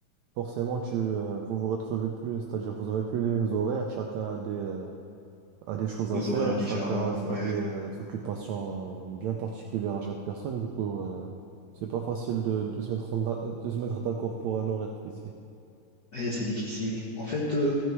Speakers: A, on the right; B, on the left.
A: forcément tu euh, vous vous retrouvez plus c'est-à-dire vous avez plus les mêmes horaires chacun a des euh, a des choses
B: Des
A: à faire,
B: horaires différents.
A: chacun a,
B: Ouais.
A: a des euh, occupations euh, bien particulières à chaque personne, du coup, euh, c'est pas facile de, de se mettre en da- de se mettre d'accord pour un horaire précis.
B: Et c'est difficile. En fait, euh,